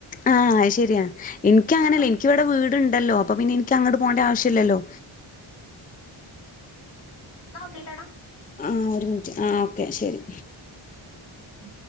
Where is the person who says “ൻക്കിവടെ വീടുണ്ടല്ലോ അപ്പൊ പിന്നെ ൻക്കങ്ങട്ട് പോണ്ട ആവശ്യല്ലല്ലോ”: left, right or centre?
Left